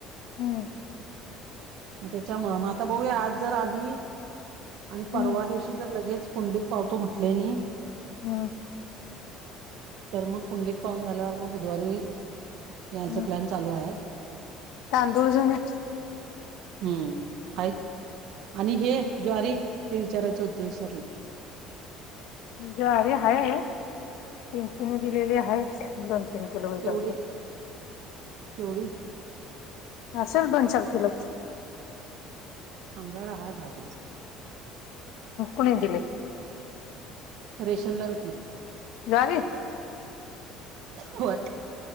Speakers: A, on the left; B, on the right.
A: हम्म.
B: मग त्याच्यामुळं मग आता बगुया आज जर आली? आणि
A: हम्म
B: परवा दिवशी जर पुंडलिक पावतो म्हटले नाही?
A: हम्म.
B: तर मग पुंलीिक पाहून झाल्यावर मग बुधवारी यायच
A: हम्म
B: प्लॅन चालू आहे?
A: तांदूळ घेऊन या.
B: हम्म आहेत आणि हे ज्वारी ते विचारायचं होतं विसरलो?
A: ज्वारी आहे पिंकीने दिलेली आहे दोन तीन किलो होईसारखी
B: केवढी केवढी
A: असल दोन चार किलो?
B: आमच्यायाकडे आहे दहा किलो असतात
A: कोणी दिले
B: रेशन ला भेटले
A: ज्वारी.
B: होय